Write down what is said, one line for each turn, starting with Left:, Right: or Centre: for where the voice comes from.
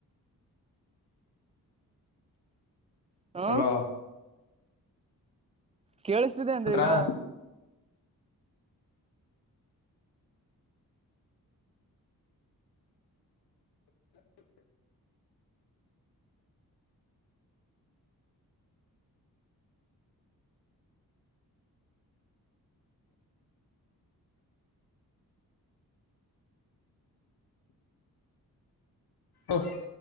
Right: ಹ
Left: ಅಲೋ
Right: ಕೇಳಿಸ್ತಿದೆ ಅಂದ್ರೆ
Left: ಹತ್ರ
Right: ಈಗ
Left: ಓ <unintelligible>